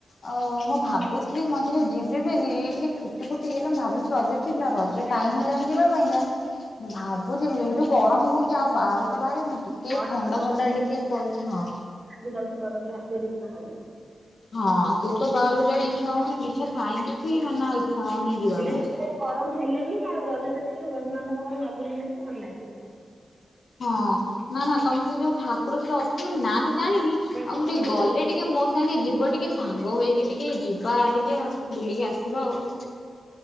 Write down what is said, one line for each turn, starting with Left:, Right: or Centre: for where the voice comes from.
Left: ଓ ମୁଁ ଭାବୁଥିଲି ମଝିରେ ଯିବି ବୋଲି ଟିକେ ଛୁଟି ଫୁଟି ହେଲେ ମୁ ଭାବିଲି ରଜରେ ଯିବି ରଜ
Right: ହଁ
Left: ଟାଇମ ହେଲାନି ଯିବା ପାଇଁକା। ଭାବୁଛି ଏଇ ଯୋଉ ଗରମ ହଉ ବାହାରକୁ ତ ବାହାରିହେଉନି ଟିକେ
Right: ଗରମରେ
Left: ଥଣ୍ଡା ଥଣ୍ଡା ଟିକେ ପଇଲେ ହଁ।
Right: ଯୋଉ ଯାଉଛି ଗରମରେ ହାତ ବିଛା ହଉନି।
Left: ହଁ ସେ ତ ବାହାରାରୁକୁ ଯାବାପାଇଁ ଇଚ୍ଛା ହଉନି ଇଚଛା ଥାାଇକି ବି ମାନେ ଇଚ୍ଛା ହୋଇନି ଯିବା
Right: ହେଲେ
Left: ପାଇଁକା।
Right: ଯେତେ ଗରମ ହେଲେ ବି ଆଉ ରଜରେ ଟିକେ ବନ୍ଧୁ ବାନ୍ଧବ ଘର ନ ବୁଲିଗନେ ଭଲ ଲାଗିବନି।
Left: ହଁ ନା ନା ତମେ ସେ ଯୋଉ ଠାକୁର ସେଟା ଅଛନ୍ତି ତମେ ନା ତ ଜାଣିନି ଆଉ
Right: ଆମର
Left: ମୁଁ ଟିକେ ଗଲେ ଟିକେ ମୋ ଯିବ ଟିକେ ସାଙ୍ଗ ହେଇକି ଟିକେ ଯି ବା ଟିକେ ଆଉ ବୁଲିକି ଆସିବା ଆଉ।